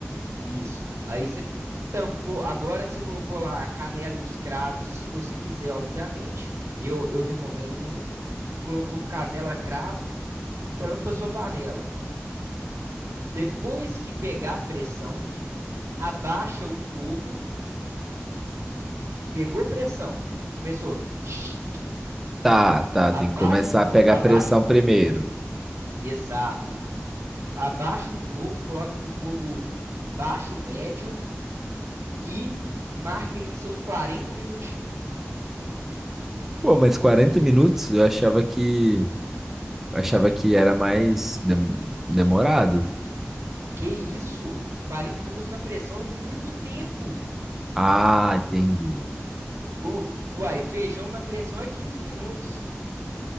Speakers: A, on the right (about 85°); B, in the centre.
A: Isso. Aí você tampou. Agora você colocou lá a canela e os cravos, se você quiser, obviamente. Eu, eu recomendo muito. Colocou canela, cravo, tampa sua panela. Depois que pegar pressão, abaixa o fogo, pegou pressão. Começou. Shhh,
B: tá, tá,
A: Abaixa
B: tem que começar
A: o fogo,
B: a pegar
A: abaixa
B: pressão
A: o fogo.
B: primeiro.
A: Exato. Abaixa o fogo, coloca no fogo baixo, médio e marca aí seus 40 minutinhos.
B: Pô, mas 40 minutos eu achava que achava que era mais dem- demorado.
A: Que isso? 40 minutos na pressão é muito tempo.
B: Ah, entendi.
A: O, uai, feijão na pressão é 15 minutos, velho.